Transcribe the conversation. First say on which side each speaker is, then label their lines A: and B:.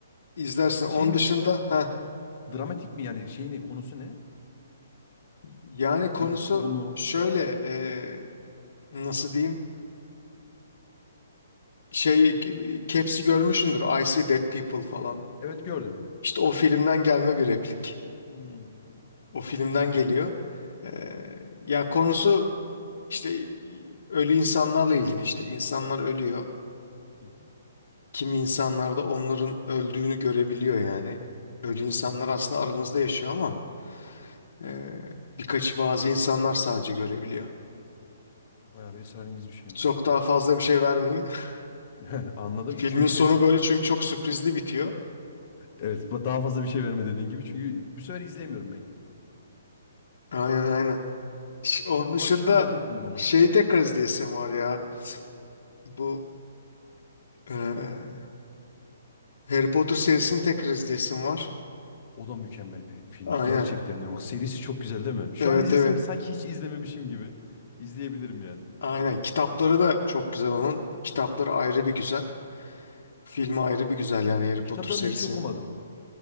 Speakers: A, on the left; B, on the left.
A: izlersin. Onun
B: şey mi
A: dışında ha
B: dramatik mi yani şeyini konusu ne?
A: yani konusu
B: Bilim kurgu mu?
A: şöyle eee, nasıl diyeyim şey gibi- Caps'i görmüşsündür I See Dead People falan.
B: Evet gördüm.
A: İşte o filmden gelme bir replik.
B: Hmm,
A: O filmden
B: anladım.
A: geliyor. Eee
B: Bir-
A: ya konusu işte ölü insanlarla ilgili işte insanlar ölüyor.
B: Hı hı.
A: Kimi insanlar da onların öldüğünü görebiliyor yani. Ölü insanlar aslında aramızda yaşıyor ama e, birkaçı bazı insanlar sadece görebiliyor.
B: Bayağı bir esrarengiz bir şeymiş.
A: Çok daha fazla bir şey vermeyeyim.
B: <laughs>
A: <laughs>
B: Anladım.
A: Filmin
B: Çünkü
A: sonu böyle çünkü çok sürprizli bitiyor.
B: evet ba- daha fazla bir şey verme dediğin gibi. Çünkü bu sefer izleyemiyorum ben.
A: Aynen aynen. Ş- Onun
B: Yo, ama
A: dışında
B: şimdi not ettim bunu.
A: şeyi tekrar izleyesim var ya. Bu e, Harry Potter serisini tekrar izleyesim var.
B: O da mükemmel bir filmdi.
A: Aynen.
B: Gerçekten diyorum. Bak serisi çok güzel değil mi? Şu
A: Evet
B: an izlesem
A: evet.
B: sanki hiç izlememişim gibi. İzleyebilirim yani.
A: Aynen. Kitapları da çok güzel onun. Kitapları ayrı bir güzel. Filmi ayrı bir güzel yani Harry Potter
B: Kitaplarını
A: serisi.
B: hiç okumadım.